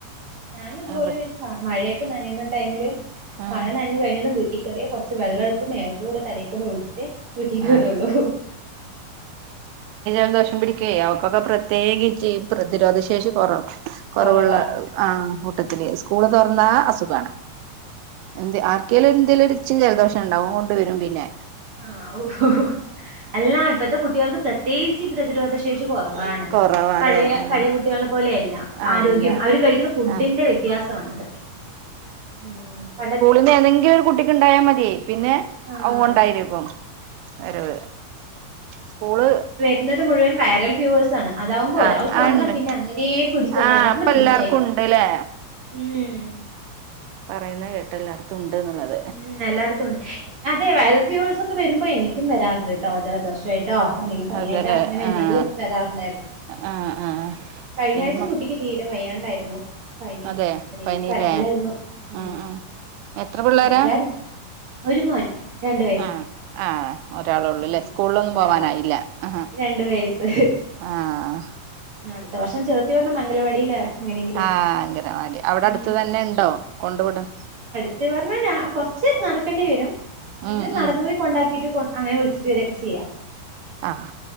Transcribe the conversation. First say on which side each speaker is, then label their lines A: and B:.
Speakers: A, on the right; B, on the right.
A: ഞാനും ഇതുപോലെ
B: അവി
A: മഴയൊക്കെ നനയുന്ന ടൈമില്
B: ആഹ്
A: മഴ ന ഞ് കഴിഞ്ഞതും വീട്ടി കേറിയ കൊർച്ച് വെള്ളം ട്ത്ത് മേൽക്കൂടെ തലേകൂടെ ഒഴിച്ചിട്ട് വീട്ടികേറൊള്ളു
B: ആഹ് ൽദോഷം പിടിക്ക്യേ അവക്കൊക്കെ പ്രത്യേകിച്ചീ പ്രതിരോധ ശേഷി
A: ഓ
B: കൊർവ കൊർവ്ള്ള
A: കൊറവാ
B: ആ കൂട്ടത്തില് സ്കൂള് തൊർന്ന അസുഖാണ് എന്ത് ആർക്കെലും എന്തേലും ച്ചിരി ജലദോഷണ്ടാവും ങ്ങോണ്ട് വെരും പിന്നെ
A: ആ ഓ ഓ അല്ല ഇപ്പത്തെ കുട്ടികൾക്ക് പ്രത്യേകിച്ച് പ്രതിരോധശേ ശേഷി കൊറവാണ്
B: കൊറവാല്ലേ
A: പഴേ
B: ആഹ്
A: പഴേ കുട്ടികൾനെ പോലെയല്ല
B: അല്ല
A: ആരോഗ്യം അവര് കഴിക്കുന്ന ഫുഡിന്റെ
B: ആഹ്
A: വ്യ ത്യാസാണ് അതൊക്കെ ഉം പണ്ട
B: ത് ഏതെങ്കിലും ഒരു കുട്ടിക്ക് ണ്ടായാ മതിയേ പിന്നെ
A: ആഹ്
B: അത്ങ്ങോണ്ടായിരിക്കും വെരവ് സ്കൂള്
A: ന്നത് മുഴുവൻ വയരൽ ഫ്യൂവേഴ്സാണ് അതാവുമ്പോ ഒരാൾക്ക്
B: ആഹ് ആ
A: വന്നാ
B: ഉണ്ട്
A: പിന്നെ അങ്ങനെ പിടിച്ച്
B: ആഹ്
A: വടർന്ന്
B: ഇപ്പൊ
A: പിടിച്ചായി
B: എല്ലാർക്കും ഉണ്ട്ല്ലേ
A: ഉം
B: പറയുന്നത് കേട്ടല്ലോ ഉണ്ട്ന്നുള്ളത്
A: ഉം എല്ലായിടത്തും ഉണ്ട് അതെ വൈറൽ ഫ്യവേഴ്സൊക്കെ വെരുമ്പോ എനിക്കും വെരാറുണ്ട് ട്ടോ ജലദോഷായിട്ട് ട്ടോ അല്ലെങ്കിൽ പനിയായിട്ടോ
B: അതെല്ലേ
A: അങ്ങനെ എന്തെങ്കിലും
B: ആഹ്
A: വരാറുണ്ടായിരുന്നു
B: ആഹ് ആഹ്
A: കഴിഞ്ഞ
B: ഏമ
A: ആഴ്ച്ച കുട്ടിക്ക് തീരെ വയ്യാണ്ടായിരുന്നു പനി
B: അതെ
A: ഒരേ
B: പനില്ലേ
A: കരച്ചിലായിരുന്നു ഉം
B: ആഹ് ആഹ് എത്ര പിള്ളേരാ
A: <unintelligible> ഒരു മോൻ. രണ്ട് വയസ്സ്
B: ആഹ് ആഹ് ഒരാളേ ഉള്ളൂല്ലേ
A: ഉം
B: സ്കൂളിലൊന്നും
A: ഒരാളാ
B: പോവാനായില്ലാ? ആഹ്
A: രണ്ട് വയസ്സ്
B: ആഹ്
A: അടുത്ത വർഷം ചേർത്തി വിടണം അംഗലവാടിയില് എങ്ങനെങ്കിലും
B: ആഹ് അംഗനവാടി അവിടെ അടുത്ത്
A: ഉം
B: തന്നെ ഉണ്ടോ? കൊണ്ടുവിടും.
A: <unintelligible> പറഞ്ഞാ കുറച്ച് നടക്കേണ്ടി വരും എങ്കിലും
B: ഉം
A: നടന്ന്
B: ഉം
A: പോയി കൊണ്ടാ ക്കീറ്റ് അങ്ങനെ വിളിച്ചിട്ട് വരൊക്കെ ചെയ്യാ.
B: ആഹ്